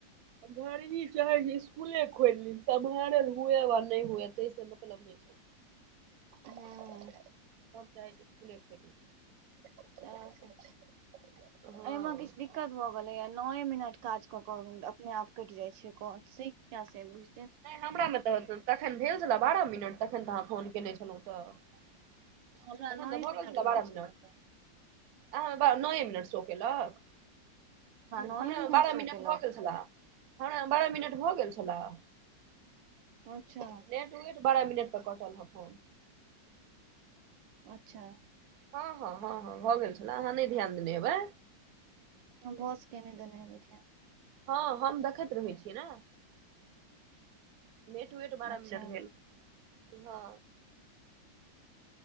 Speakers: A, on the right; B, on the right.
A: घर ही चाहे छै इसकुले खोलि ली सम्हारल हुए वा न नहि हुए ताहिस मतलब नै छै
B: हुँ
A: सब चाहे छै इसकूल खोइल ली
B: एहिमे
A: हँ
B: किछ दि दिक्कत भऽ गेले या नए मिनट काज क के अपने आप कटि जाय छै काल से कया से बुझ
A: नहि हमरा मे तऽ तखन भेल छलए बारह मिनट तखन तऽ अहाँ फोन कयने छलहुँ तऽ तखन
B: हमरा नौए
A: तऽ भऽ
B: मिनट
A: गेल छला तऽ
B: भेल
A: बारह
B: छलए
A: मिनट
B: तऽ
A: आ नए मिनट सौ केलक
B: नौए
A: हमरा बारह
B: शो
A: मिनट
B: केलक
A: भऽ गेल छलए हमरा बारह मिनट भऽ गेल छलए
B: अच्छा
A: एक्युरेंट बारा मिनट पर कटल ह फोन
B: अच्छा
A: हँ हँ हँ हँ भऽ गेल छलए अहाँ नहि ध्यान देने हेबै
B: भऽ सकैया नै देने हैबे ध्यान
A: हँ हम देखैत रहे छियै ने मेट वट बारह
B: अच्छा
A: मिनट भेल हँ